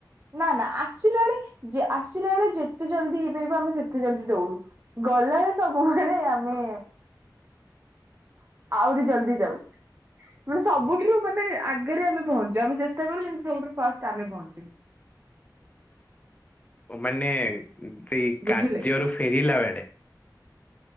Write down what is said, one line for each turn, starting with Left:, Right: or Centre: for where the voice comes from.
Right: ନା ନା ଆସିଲା ବେଳେ ଆସିଲା ବେଳେ ଯେତେ ଜଲଦି ହେଇପାରିବ ଆମେ ସେତେ ଜଲଦି ଦଉଡୁ। ଗଲାବେଳେ ସବୁବେଳେ ଆମେ ଆହୁରି ଜଲ୍ଦି ଯାଉ। ମାନେ ସବୁଠୁ ମାନେ ଆଗରେ ଆମେ ପହଞ୍ଚୁ ଆମେ ଚେଷ୍ଟା କରୁ ଯେମିତି ସବୁଠୁ ଫାଷ୍ଟ ଆମେ ପହଞ୍ଚିବୁ।
Left: ଓ ମାନେ ସେଇ
Right: ବୁଝିଲେ।
Left: କାର୍ଯ୍ୟରୁ ଫେରିଲା ବେଳେ